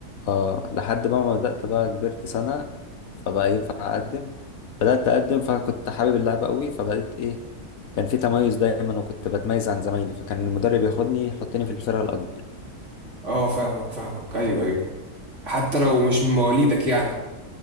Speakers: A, on the left (about 70°); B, on the right (about 50°).
A: اه لحد بقى ما بدات بقى كبرت سنه فبقى ينفع اقدم بدات اقدم فكنت حابب اللعبه قوي فبقيت ايه كان في تميز دايما وكنت بتميز عن زمايلي فكان المدرب ياخدني يحطني في الفرقه الاكبر
B: اه فاهمك فاهمك ايوه ايوه حتى لو مش من مواليدك يعني